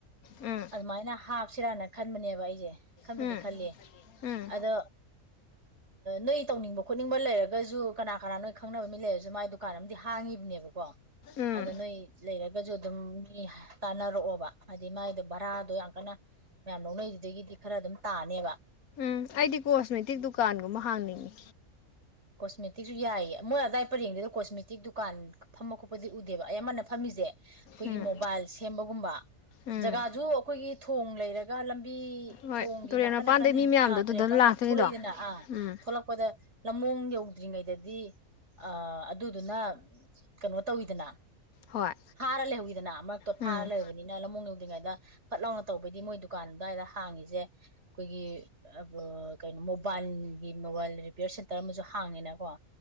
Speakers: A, on the left; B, on the right.
A: ꯎꯝ
B: ꯑꯗꯨꯃꯥꯏꯅ ꯍꯥꯞ ꯁꯤꯔꯥꯟꯅ ꯈꯟꯕꯅꯦꯕ ꯑꯩꯁꯦ ꯈꯟꯕꯨꯗꯤ
A: ꯎꯝ
B: ꯈꯜꯜꯂꯤ
A: ꯎꯝ
B: ꯑꯗꯣ ꯅꯣꯏ ꯇꯧꯅꯤꯡꯕ ꯈꯣꯠꯅꯤꯡꯕ ꯂꯩꯔꯒꯁꯨ ꯀꯅꯥ ꯀꯅꯥ ꯅꯣꯏ ꯈꯪꯅꯕ ꯃꯤ ꯂꯩꯔꯁꯨ ꯃꯥꯏ ꯗꯨꯀꯥꯟ ꯑꯃꯗꯤ ꯍꯥꯡꯉꯤꯕꯅꯦꯕꯀꯣ
A: ꯎꯝ
B: ꯑꯗ ꯅꯣꯏ ꯂꯩꯔꯒꯁꯨ ꯑꯗꯨꯝ ꯃꯤ ꯇꯥꯟꯅꯔꯛꯑꯣꯕ ꯍꯥꯏꯗꯤ ꯃꯥꯏꯗꯣ ꯚꯔꯥꯗꯣ ꯌꯥꯝ ꯀꯟꯅ ꯃꯌꯥꯝ ꯂꯧꯅꯩꯗꯨꯗꯒꯤꯗꯤ ꯈꯔ ꯑꯗꯨꯝ ꯇꯥꯅꯦꯕ
A: ꯝ ꯑꯩꯗꯤ ꯀꯣꯁꯃꯦꯇꯤꯛ ꯗꯨꯀꯥꯟꯒꯨꯝꯕ ꯍꯥꯡꯅꯤꯡꯉꯤ
B: ꯀꯣꯁꯃꯦꯇꯤꯛꯁꯨ ꯌꯥꯏꯌꯦ ꯃꯣꯏ ꯑꯗꯥꯏ ꯄꯔꯦꯡꯗꯨꯗ ꯀꯣꯁꯃꯦꯇꯤꯛ ꯗꯨꯀꯥꯟ ꯐꯝꯕ ꯈꯣꯠꯄꯗꯤ ꯎꯗꯦꯕ ꯑꯩ ꯑꯃꯅ ꯐꯝꯃꯤꯁꯦ ꯑꯩꯈꯣꯏꯒꯤ
A: ꯎꯝ
B: ꯃꯣꯕꯥꯏꯜ ꯁꯦꯝꯕꯒꯨꯝꯕ
A: ꯎꯝ
B: ꯖꯒꯥꯁꯨ ꯑꯩꯈꯣꯏꯒꯤ ꯊꯣꯡ ꯂꯩꯔꯒ ꯂꯝꯕꯤ
A: ꯍꯣꯏ
B: ꯊꯣꯡꯒꯤ
A: ꯇꯨꯔꯦꯜ
B: ꯅꯥꯀꯟ
A: ꯃꯄꯥꯟꯗꯩ
B: ꯅꯥꯀꯟꯗ
A: ꯃꯤ ꯃꯌꯥꯝꯗꯣ
B: ꯑꯥ
A: ꯑꯗꯨꯗ
B: ꯇꯨꯔꯦꯟꯄꯥꯟ
A: ꯂꯥꯛꯇꯣꯏꯅꯤꯗꯣ
B: ꯑꯣꯏꯅ ꯊꯣꯛꯂꯛꯏꯗꯅ ꯑꯥ
A: ꯎꯝ
B: ꯊꯣꯛꯂꯛꯄꯗ ꯃꯑꯣꯡ ꯌꯧꯗ꯭ꯔꯤꯉꯩꯗꯗꯤ ꯑ ꯑꯗꯨꯗꯨꯅ ꯀꯩꯅꯣ ꯇꯧꯋꯤꯗꯅ
A: ꯍꯣꯏ
B: ꯐꯥꯔ ꯂꯩꯍꯧꯋꯤꯗꯅ ꯑꯃꯛꯇꯣ
A: ꯎꯝ
B: ꯐꯥꯔ ꯂꯩꯍꯧꯕꯕꯅꯤꯅ ꯂꯃꯣꯡ ꯌꯧꯗ꯭ꯔꯤꯉꯩꯗ ꯐꯠ ꯂꯥꯎꯅ ꯇꯧꯕꯩꯗꯤ ꯃꯣꯏ ꯗꯨꯀꯥꯟ ꯑꯗꯨꯋꯥꯏꯗ ꯍꯥꯡꯉꯤꯁꯦ ꯑꯩꯈꯣꯏꯒꯤ ꯑ ꯀꯩꯅ ꯕꯥꯜꯒꯤ ꯃꯣꯕꯥꯏꯜ ꯔꯤꯄꯤꯦꯌꯔꯁꯟ ꯍꯥꯡꯉꯦꯅꯣ